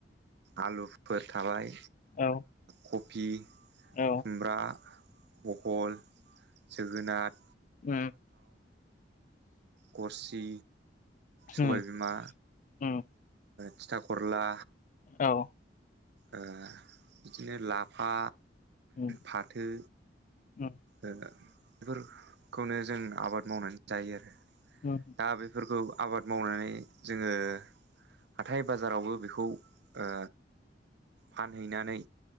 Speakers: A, on the right (about 65°); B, on the left (about 45°).
A: आलुफोर थाबाय
B: ओ
A: कबि,
B: ओ औ
A: खुमब्रा, बहल जोगोनाथ
B: उ
A: गरसि, सबायबिमा
B: उम उम
A: थिथा करला
B: औ
A: ओ बिदिनो लाफा,
B: उम
A: फाथो
B: उम
A: ओ बेफोरखौनो जों आबाद मावनानै जायो
B: उम
A: दा बेफोरखौ आबाद मावनानै जोङो हाथाइ बाजारावबो बेखौ ओ फानहैनानै